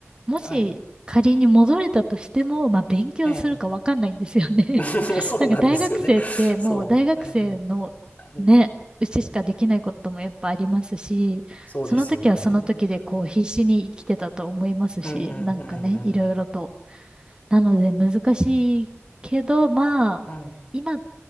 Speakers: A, on the right; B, on the left.
A: もし仮に戻れたとしても、
B: はい。
A: まあ、勉強するかわかんないんですよね。
B: ええ。<laughs>
A: <laughs>
B: そうなんですよね。
A: なんか大学生ってもう大学生のね、
B: そう。ええ。はい。
A: うちしかできないこともやっぱありますし、
B: そうですよね。
A: その時はその時でこう必死に生きてたと思いますし、
B: うんうんうんうん。
A: なんかね、いろいろとなので難しいけど、まあ、
B: うん。
A: 今、